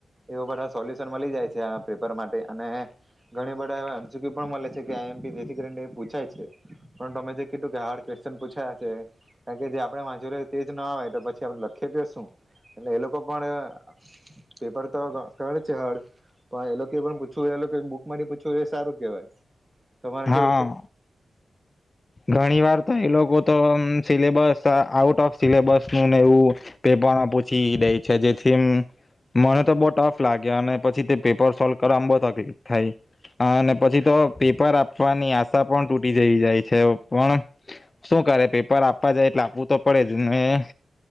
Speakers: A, on the right (about 20°); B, on the left (about 30°).
A: એવા બધા સોલ્યુશન મળી જાય છે આ પેપર માટે અને ઘણી બધા એવા એમ શી ક્યુ પણ મળે છે કે આઈ એમ પી જેથી કરીને એ પૂછાય છે. પણ તમે જે કીધું કે હાર્ડ ક્વેશ્ચન પૂછ્યા છે કારણ કે જે આપણે વાચેલુ તેજ ના આવે તો પછી આપડે લખેતે શું એટલે એ લોકો પણ અહ પેપર તો ક-કરે છે હાર્ડ પણ એ લોકો એ પણ પૂછ્યું એ લોકો બુકમાંથી પૂછ્યું એ સારું કેવાય. તમારે
B: હા
A: કેવું છે?
B: ઘણી વાર તે એ લોકો તો અમ્મ syllabus uh out of syllabus નું ને એવું પેપરમાં પૂછી દે છે, જેથી અમ્મ મને તો બહુ ટફ લાગે અને પછી તે પેપર સોલ્વ કરા માં બોત હ તે થાય. આહ અને પછી તો પેપર આપવાની આશા પણ તૂટી જઈ જાય. છે પણ શું કરે પેપર આપવા જાય એટલે આપવું તો પડેજ ને.